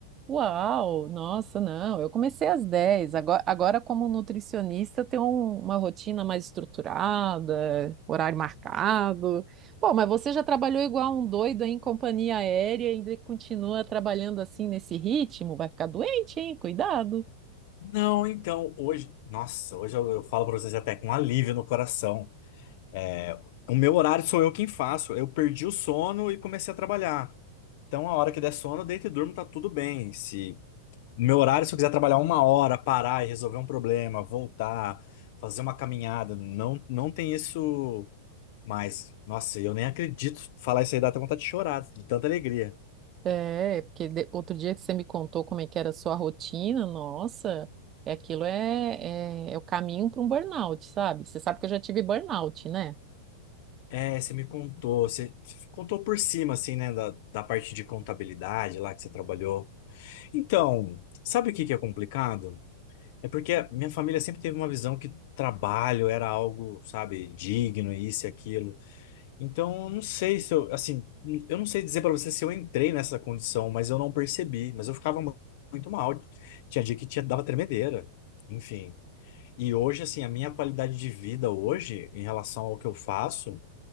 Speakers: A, on the right; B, on the left.
A: Uau, nossa, não, eu comecei às 10. Agora, agora como nutricionista, eu tenho um- uma rotina mais estruturada, horário marcado. Pô, mas você já trabalhou igual um doido aí em companhia aérea e ainda continua trabalhando assim nesse ritmo? Vai ficar doente, hein? Cuidado.
B: Não, então, hoje, nossa, hoje eu, eu falo pra vocês até com alívio no coração. É, o meu horário sou eu quem faço. Eu perdi o sono e comecei a trabalhar. Então, a hora que der sono, eu deito e durmo, tá tudo bem. Se no meu horário, se eu quiser trabalhar uma hora, parar e resolver um problema, voltar, fazer uma caminhada, não, não tem isso. Mas, nossa, eu nem acredito. Falar isso aí dá até vontade de chorar, de tanta alegria.
A: É, porque de- outro dia que você me contou como é que era a sua rotina, nossa, é aquilo é, é, é o caminho para um burnout, sabe? Você sabe que eu já tive burnout, né?
B: É, você me contou, você, você contou por cima, assim, né, da, da parte de contabilidade lá que você trabalhou. Então, sabe o que que é complicado? É porque a minha família sempre teve uma visão que trabalho era algo, sabe, digno, isso e aquilo. Então, eu não sei se eu, assim, eu não sei dizer pra você se eu entrei nessa condição, mas eu não percebi. Mas eu ficava mu- muito mal. Tinha dia que tinha, dava tremedeira. Enfim. E hoje, assim, a minha qualidade de vida hoje, em relação ao que eu faço,